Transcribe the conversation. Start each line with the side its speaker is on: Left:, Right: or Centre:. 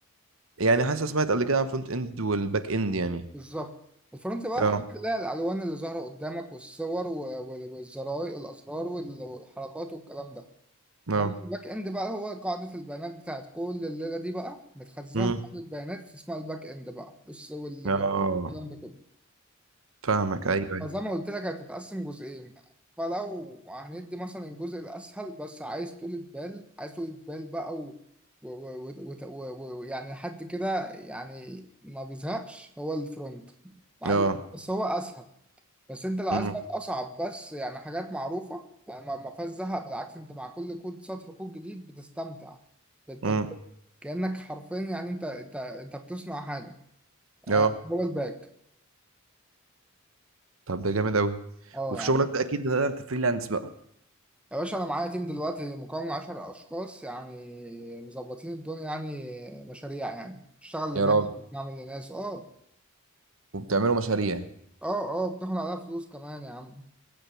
Right: يعني حاسس سمعت قبل كده عن فرونت اند والباك اند يعني
Centre: بالظبط الفرونت بقى
Right: اه
Centre: هتلاقي الالوان اللي ظاهره قدامك والصور و- وال- والزراير الاسرار وال- والحركات والكلام ده
Right: اه
Centre: انما الباك اند بقى هو قاعده البيانات بتاعت كل الليله دي بقى متخزنه
Right: امم
Centre: في قاعده بيانات اسمها الباك اند بقى والس- وال-
Right: اه
Centre: والكلام ده كله
Right: فاهمك ايوه ايوه
Centre: زي ما قلت لك هتتقسم جزئين فلو هندي مثلا الجزء الأسهل بس عايز طولة بال عايز طولة بال بقى و... و... و... و... و... و... يعني حد كده يعني ما بيزهقش هو الفرونت مع
Right: اه
Centre: إن- بس هو أسهل بس أنت لو عايز
Right: امم
Centre: بقى الأصعب بس يعني حاجات معروفة يعني ما ما فيهاش زهق بالعكس أنت مع كل كود سطر كود جديد بتستمتع بالتجربة
Right: امم
Centre: كأنك حرفيا يعني أنت أنت أنت بتصنع حاجة آه،
Right: اه
Centre: هو الباك
Right: طب ده جامد قوي
Centre: اه
Right: وفي
Centre: يعني
Right: شغلك ده اكيد بتقدر تفريلانس بقى
Centre: يا باشا انا معايا تيم دلوقتي مكون من 10 اشخاص يعني مظبطين الدنيا يعني مشاريع يعني بنشتغل
Right: يا
Centre: لناس
Right: راجل
Centre: بنعمل لناس اه
Right: وبتعملوا مشاريع
Centre: اه اه بناخد عليها فلوس كمان يا عم